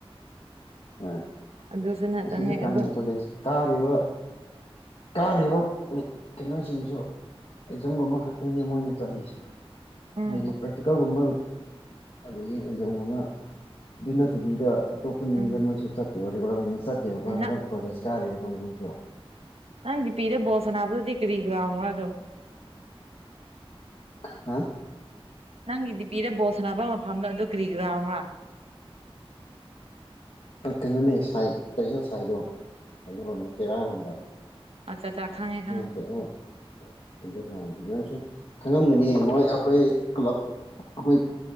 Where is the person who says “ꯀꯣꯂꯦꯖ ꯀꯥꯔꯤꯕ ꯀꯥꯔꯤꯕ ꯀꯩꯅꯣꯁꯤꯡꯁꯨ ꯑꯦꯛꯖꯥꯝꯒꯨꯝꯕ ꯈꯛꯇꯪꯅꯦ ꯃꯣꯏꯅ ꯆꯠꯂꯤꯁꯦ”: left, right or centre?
Left